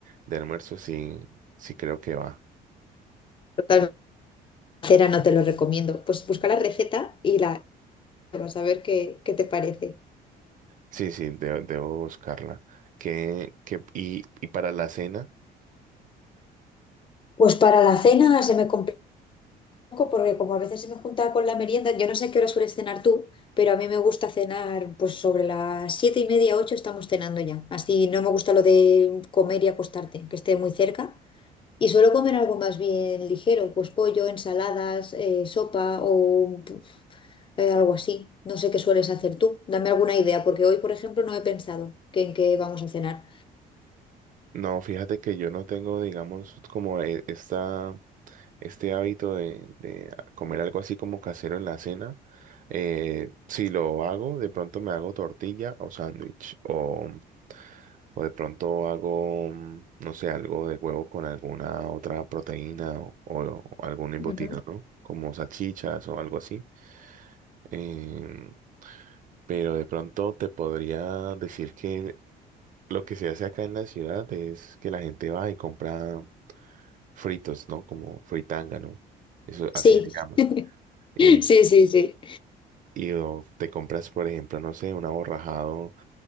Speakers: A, on the right; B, on the left.
A: de almuerzo sí, sí creo que va.
B: Total, cera no te lo recomiendo. Pues busca la receta y la vas a ver qué, qué te parece.
A: Sí, sí, de- debo buscarla. ¿Qué, qué- y, y para la cena?
B: Pues para la cena se me complicó. poco porque como a veces se me junta con la merienda, yo no sé a qué hora sueles cenar tú, pero a mí me gusta cenar pues sobre las siete y media, ocho estamos cenando ya. Así no me gusta lo de comer y acostarte, que esté muy cerca. Y suelo comer algo más bien ligero, pues pollo, ensaladas, eh, sopa o eh, algo así. No sé qué sueles hacer tú. Dame alguna idea, porque hoy, por ejemplo, no he pensado que en qué vamos a cenar.
A: No, fíjate que yo no tengo, digamos, como e- esta, este hábito de, de comer algo así como casero en la cena. Eh, si lo hago, de pronto me hago tortilla o sándwich. O, o de pronto hago, mm, no sé, algo de huevo con alguna otra proteína o, o algún embutido,
B: Ujú.
A: ¿no? Como salchichas o algo así. Em, pero de pronto te podría decir que lo que se hace acá en la ciudad es que la gente va y compra fritos, ¿no? Como fritanga, ¿no? Eso
B: Sí,
A: así se llama.
B: <laughs> sí,
A: Y,
B: sí, sí.
A: y o te compras, por ejemplo, no sé, un aborrajado,